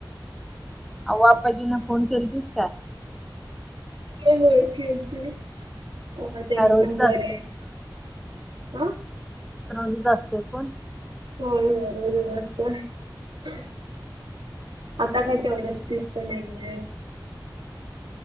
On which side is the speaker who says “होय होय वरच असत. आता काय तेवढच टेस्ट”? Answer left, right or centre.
Right